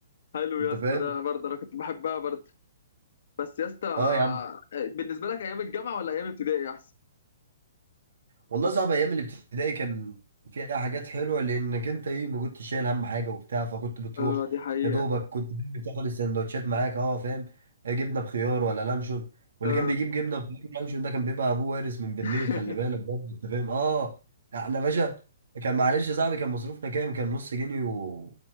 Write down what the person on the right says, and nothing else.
انت
فاهم
اه يا عم
والله صعب ايام الابتدائي كان فيها حاجات حلوه لانك انت ايه ما كنتش شايل هم حاجه وبتاع فكنت بتروح
يا دوبك كنت بتاخد السندوتشات معاك اه فاهم آه، جبنه بخيار ولا لانشون واللي
كان بيجيب جبنه بخيار ولانشون ده كان بيبقى ابوه وارث من بالليل
خلي بالك برضه انت فاهم اه احنا باشا كان معلش يا صاحبي كان مصروفنا كام كان نص جنيه و...